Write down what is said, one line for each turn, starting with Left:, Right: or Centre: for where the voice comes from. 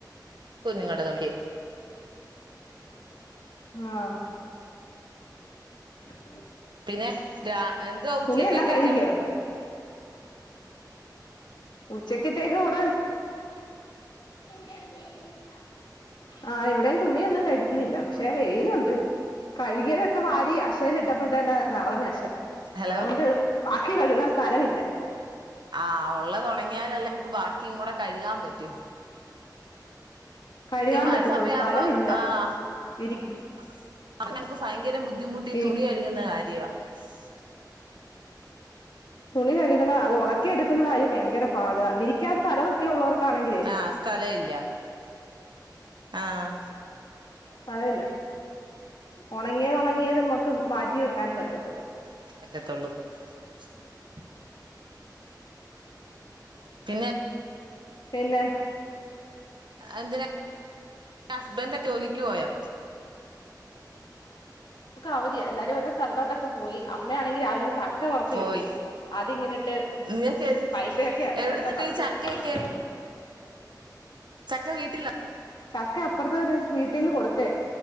Right: കുഞ്ഞുങ്ങടെ തുണിക്ക്
Left: ആഹ്ആ <unintelligible>
Right: പിന്നെ ന്തുവ ഉച്ചകത്തേക്
Left: തുണിയെല്ലാം കഴുകിയോ
Right: ഏക്
Left: ഉച്ചക്കത്തേക്ക് ഇവിടെ <inaudible> <unintelligible>
Right: ഹലോ
Left: <inaudible> അതുകൊണ്ട് ക്ക് കഴുകാൻ സ്ഥല ഇല്ല
Right: ആഹ്ആ ഒള്ളത് ഓണങ്ങിയലല്ലേ ക്ക് ബാക്കി കൂടെ കഴുകാൻ പറ്റു
Left: കഴുകാൻ
Right: ഈ മഴ
Left: പറ്റത്തുള്ളൂ
Right: സമയം
Left: സ്ഥലമില്ല
Right: ആകുമ്പ ആഹ്ആ
Left: ഇരി
Right: ഭയങ്കര ബുദ്ധ് ബുദ്ധിമുട്ട് ഈ
Left: ഇരി
Right: തുണി കഴുകിനേ കാര്യവ സ്
Left: തുണി കഴുകണം അതൊന്നാക്കി എടുക്കുനെ കാര്യവ പാട് വിരിക്കാൻ സ്ഥല ഒക്കെ ഒള്ളൊക്ക് താണെക്കിലെ
Right: ആഹ് സ്ഥലം ഇല്ല ആഹ്
Left: സ്ഥല ഇല്ലാ ഉണങ്ങിയത് ഉണങ്ങിയത് നമ്മക് മാറ്റി വെക്കാന് പറ്റു
Right: <inaudible> പിന്നെ
Left: പിന്നെ
Right: എന്തിന ഹസ്ബന്റ് ക്കെ ജോലിക് പോയോ
Left: അവതിയ എല്ലരും ഓരോ സ്ഥലത്തോട്ടൊക്കെ പോയി അമ്മയാണെങ്കിൽ രാവിലെ ചക്ക കുറച്ച്
Right: പോയി
Left: കിട്ടി അതിങ്ങനിട്ട്
Right: നിങ്ങൾക്ക്
Left: പഴുത്തയൊക്കെ ആയിരുന്നു
Right: എവിടുന്നിട്ട്
Left: അതൊക്കെ പറിച്ച്
Right: ചക്കയൊക്കെ
Left: വെച്ച് കഴിക്കുന്നു
Right: ചക്ക വീട്ടില
Left: ചക്ക അപ്പുറത്തെ ഒരു വീട്ടീന്ന് കൊടുത്തെയാ